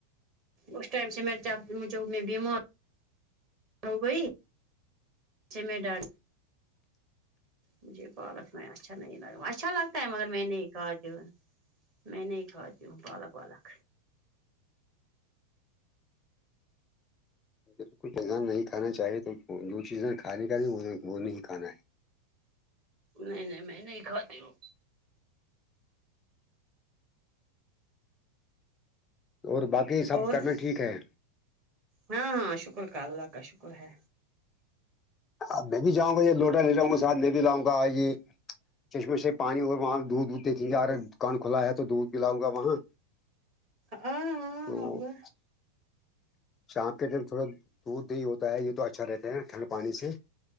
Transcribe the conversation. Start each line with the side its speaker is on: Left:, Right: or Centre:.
Right: اس ٹائم سے میں جب میں بیمار ہو گئی ج ڈ <unintelligible> مجھے پالک میں اچھا نہیں لگا اچھا لگتا ہے مگر میں نے کہا جو میں نہیں کھاتی ہوں پالک والک
Left: بالکل انسان نہیں کھانا چاہے تو جو چیزیں کھانے کایں وہ وہ نہیں کھانا ہے
Right: نہیں نہیں میں نہیں کھاتی ہوں
Left: اور باقی سب
Right: اور
Left: کرنا ٹھیک ہے
Right: ہاں ہاں شکر کا اللہ کا شکر ہے
Left: اب میں بھی جاؤں گا یہ لوٹا لے جاؤں گا سھ میں بھی لاؤں گا آ یہ چشمے سے پانی اور وہاں دودھ وھ دیکھیں گے ا دکان کھلا ہے تو دودھ پلاؤں گا وہاں
Right: ہاں ہاں
Left: ا <inaudible>
Right: ہوگا
Left: شام کے ٹائم تھوڑا دودھ دہی ہوتا ہے یہ تو اچھا رہتا ہے ٹھنڈ پانی سے